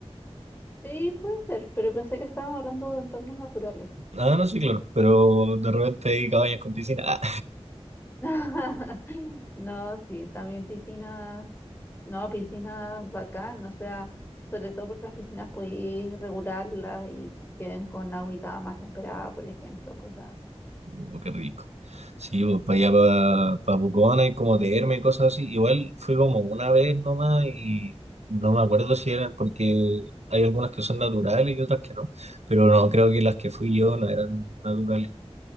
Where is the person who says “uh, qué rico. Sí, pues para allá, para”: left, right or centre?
Right